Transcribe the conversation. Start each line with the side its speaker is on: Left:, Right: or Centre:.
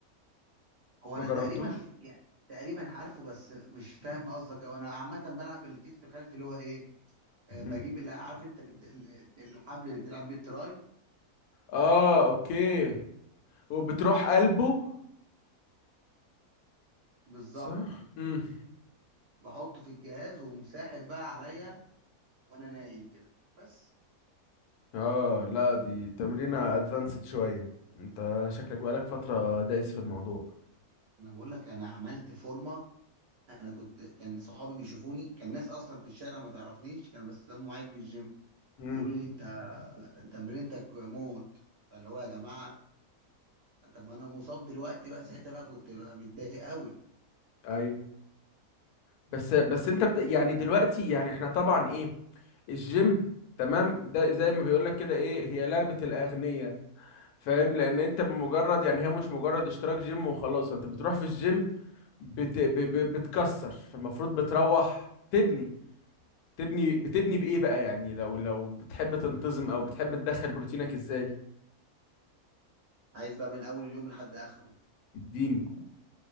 Right: هو
Left: ما
Right: انا
Left: جربتوش
Right: تقريبا خ- يعني تقريبا عارفه بس مش فاهم قصدك او انا عامه بلعب الكتف الخلفي اللي هو ايه آه،
Left: مم.
Right: بجيب اللي عارف انت اللي- اللي- الحبل اللي بتلعب بيه التراي
Left: اه اوكي وبتروح قلبه
Right: بالظبط
Left: صح امم
Right: بحطه في الجهاز ومساحب بقى عليا وانا نايم كده بس
Left: اه لا دي تمرينة ادفانسد شوية انت شكلك بقالك فترة دايس في الموضوع
Right: انا بقول لك انا عملت فورمه انا كنت كان صحابي بيشوفوني كان ناس اصلا في الشارع ما تعرفنيش كانوا بس هم معايا في الجيم
Left: امم
Right: يقولوا لي انت تمرينتك موت فاللي هو يا جماعه طب ما انا مصاب دلوقتي بقى ساعتها بقى كنت بقى متضايق قوي
Left: ايوه بس بس انت بت... يعني دلوقتي يعني احنا طبعا ايه الجيم تمام ده زي ما بيقولك كده ايه هي لعبة الاغنياء فاهم لان انت بمجرد يعني هي مش مجرد اشتراك جيم وخلاص انت بتروح في الجيم بت... ب... ب... بتكسر فالمفروض بتروح تبني تبني بتبني بايه بقى يعني لو لو بتحب تنتظم او بتحب تدخل بروتينك ازاي
Right: عايز بقى من اول اليوم لحد اخره
Left: اديني